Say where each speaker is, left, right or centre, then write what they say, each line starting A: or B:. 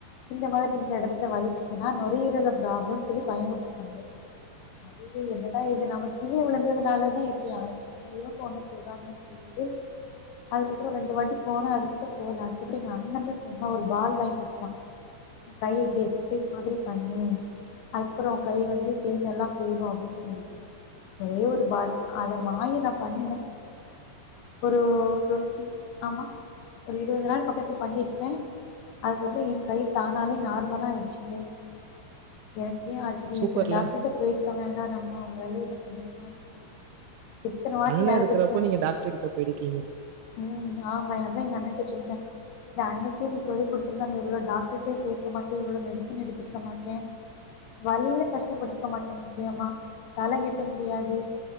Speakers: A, on the left; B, on the right.
A: இந்த மாரி இந்த இடத்ல வலிச்சிதுனா நுரையீரல்ல ப்ராப்ளம்னு சொல்லி பயமுறித்திட்டாங்க ஐயய்யோ என்னடா இது நம்ம கீழ விழுந்ததுனாலதா இப்டி ஆச்சு ஆனா இவுங்க ஒண்ணு சொல்றாங்க ட்டு அதுக்கப்பறோ ரெண்டு வாட்டி போன அதுக்கப்பறோ போல அதுக்கக்கப்றோ அண்ண தா சொன்னா ஒரு பால் வாங்கி குடுத்தா கை எப்டி எக்சைஸ் மாதிரி பண்ணி அதுக்கப்பறோ கை வந்து பெயின் எல்லா போய்ரோ அப்டின்னு சொலிட்டு ஒரே ஒரு பால் அத வாங்கி நா பண்ணுனே ஒரு டொண்ட்டி ஆமா ஒரு இருவது நாள் பக்கத்தில பண்ணியிருப்பே அதுக்கப்பறோ எ கை தானாலே நார்மல ஆயிடுச்சிங்க எனக்கே ஆச்சிரியோ
B: சூப்பர்ல.
A: இத்தன டாக்டர்ட்ட போயிருக்க வேணா நம்மோ மொதல்ல இத பண்ணிருக்கலானு சொலிட்டு எத்தன வாட்டி
B: அண்ணன்
A: அழுதுருக்கேம்னு
B: இருக்கிறப்போ நீங்க டாக்டர் கிட்ட போயிருக்கீங்க.
A: ம் ஆமா அதா எங் அண்ண கிட்ட சொன்னே இத அன்னிகே நீ சொல்லி குடுத் திருந்தா நீ இவ்ளோ டாக்ட்ருடயு போயிருக்கமாட்டே இவ்ளோ மெடிசன் எடுத்துருக்கமாட்டே வலில கஷ்டப்பட்ருக்க மாட்டே முக்கியமா தல கட்ட முடியாது